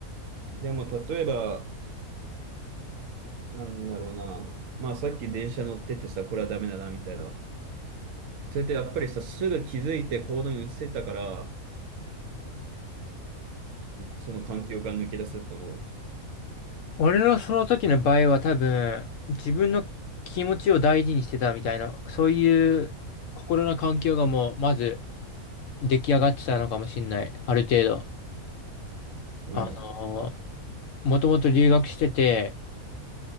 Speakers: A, on the right; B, on the left.
A: でも例えば、なんだろうな。まあさっき電車乗っててさ、これはダメだな、みたいな。それってやっぱりさ、すぐ気づいて行動に移せたから、その環境から抜け出せたと思う。
B: 俺のその時の場合は多分、自分の気持ちを大事にしてたみたいな、そういう心の環境がもう、まず出来上がってたのかもしれない。ある程度。
A: うん。
B: あのもともと留学してて、